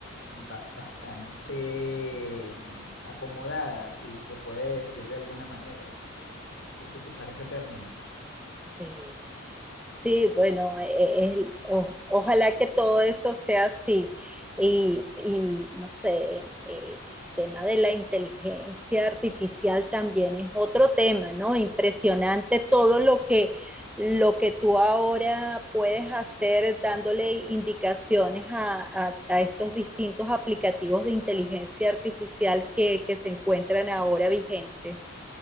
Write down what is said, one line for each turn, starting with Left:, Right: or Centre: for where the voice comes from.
Left: ba- bastante mm, acomodada, si se puede decir de alguna manera, ut- usar ese término.
Centre: Sí, sí, bueno, e- e- el- o- ojalá que todo eso sea así. Y, y, no sé, el tema de la inteligencia artificial también es otro tema, ¿no? Impresionante todo lo que, lo que tú ahora puedes hacer dándole indicaciones a, a- a estos distintos aplicativos de inteligencia artificial que, que se encuentran ahora vigentes.